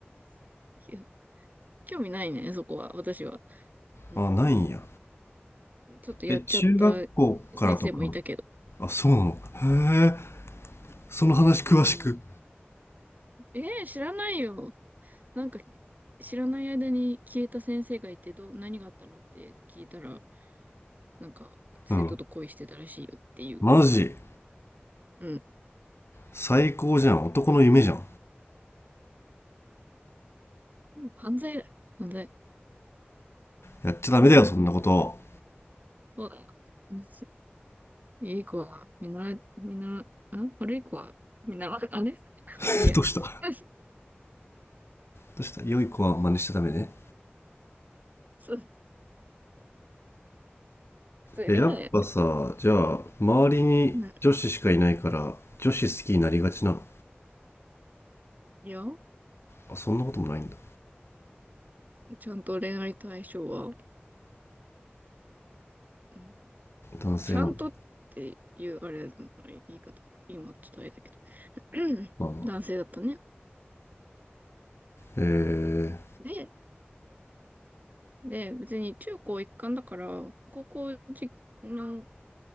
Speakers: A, on the right; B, on the left.
A: いや、興味ないね、そこは、私は。うん。
B: あ、ないんや。
A: ちょっとやっちゃった
B: え、中学校からとか。
A: 先生もいたけど。
B: あ、そうなの。へえ、その話詳しく。
A: うん。えー、知らないよ。なんか、知らない間に消えた先生がいて、どう、何があったのって聞いたら、なんか、生徒と恋してたらしいよっていう。
B: うん。マジ。
A: うん。
B: 最高じゃん。男の夢じゃん。
A: うん犯罪だ、犯罪。
B: やっちゃダメだよ、
A: うんうん
B: そんなこと。
A: そうだよ。うんいい子は、見習い、見習い、ん悪い子は、見習い、あれ
B: <laughs>
A: もういいや。
B: どうした
A: <laughs>
B: としたら良い子は真似しちゃダメね
A: そう、それで、
B: えやっぱさじゃあ周りに女子しかいないから女子好きになりがちなの
A: うん。いや、
B: あそんなこともないんだ
A: ちゃんと恋愛対象は、うん
B: 男性なんだ
A: ちゃんとっていう、あれ、言い方、今ちょっとあれだけど、うん男性だったね。
B: まあまあへえ
A: で、で、別に中高一貫だから、高校じの、